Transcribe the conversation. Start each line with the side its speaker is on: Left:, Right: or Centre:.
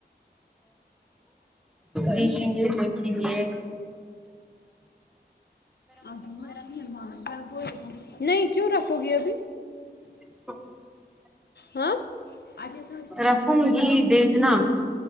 Centre: دیکھیں گے دیکھی نہیں ہے
Left: ا م پ نہیں کیوں رکھو گی ابھی
Centre: ہاں
Left: ہاں ثآجچ ر
Centre: رکھوں گی دیکھنا